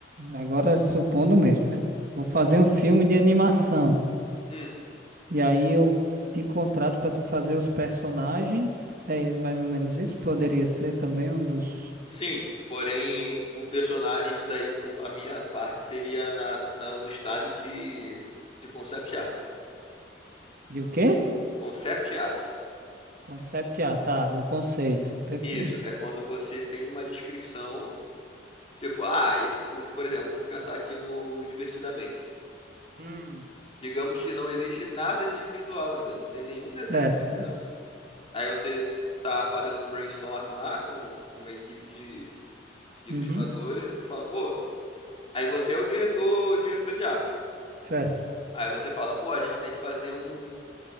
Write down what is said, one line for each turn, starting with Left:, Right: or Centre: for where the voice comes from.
Right: agora supondo mesmo, né? Vou fazer um filme de animação.
Left: Hum,
Right: E aí eu te contrato para tu fazer os personagens. É mais ou menos isso? Poderia ser também um dos.
Left: sim. Porém, o personagem. Isso daí, um, a minha parte seria na, na- no estágio de, de concept art.
Right: De o quê?
Left: Concept art.
Right: Concept art, tá, do conceito, perfeito.
Left: Isso. É quando você tem uma descrição. Tipo, ah, esse, bone- por exemplo, vamos pensar aqui no Divertidamente.
Right: Hum,
Left: Digamos que não existe nada de visual ainda, não tem nenhum desenho
Right: Certo,
Left: divertidamente.
Right: certo.
Left: Aí você tá fazendo um brainstorming lá com uma equipe de, de ilustradores,
Right: Uhum,
Left: você fala, pô, aí você é o diretor, diretor de arte.
Right: certo.
Left: Aí você fala, pô, a gente tem que fazer um,